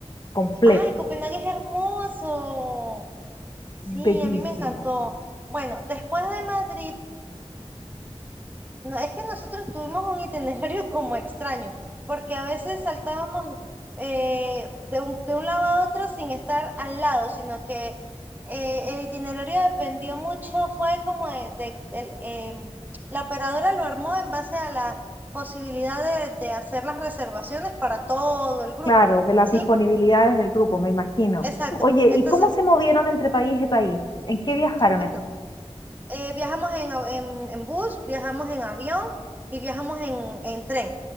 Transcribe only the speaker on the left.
completo,
bellísimo.
Claro, de las
disponibilidades del grupo, me imagino.
Oye,
¿y cómo se movieron entre país y país? ¿En qué viajaron?